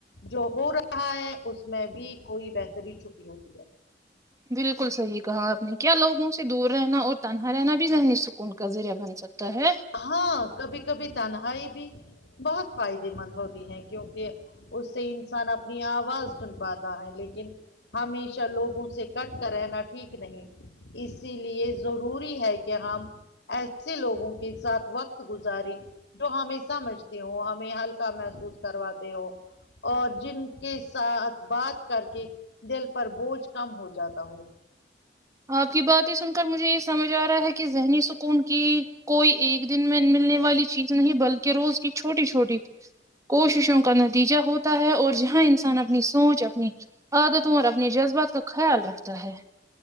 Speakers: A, on the left; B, on the right.
A: جو ہو رہا ہے اس میں بھی کوئی بہتری چھپی ہوتی ہے
B: بالکل صحیح کہا آپ نے کیا لوگوں سے دور رہنا اور تنہا رہنا بھی ذہنی سکون کا ذریعہ بن سک تا ہے
A: ہاں کبھی کبھی تنہائی بھی بہت فائدے مند ہوتی ہے کیونکہ اس سے انسان اپنی آواز سن پاتا ہے لیکن ہمیشہ لوگوں سے کٹ کر رہنا ٹھیک نہیں اسی لیے ضروری ہے کہ ہم ایسے لوگوں کو وقت گزاری جو ہمیں سمجھتے ہو ہمیں ہلکا محسوس کرواتے ہو اور جن کے ساتھ بات کر کے دل پر بوجھ کم ہو جاتا ہو
B: آپ کی باتیں سن کر مجھے یہ سمجھ جا رہا ہے کہ ذہنی سکون کی کوئی ایک دن میں ملنے والی چیز نہیں بلکہ روز کی چھوٹی چھوٹی کوششوں کا نتیجہ ہوتا ہے اور جہاں انسان اپنی سوچ اپنی عادتوں اور اپنے جذبات کا خیال رکھتا ہے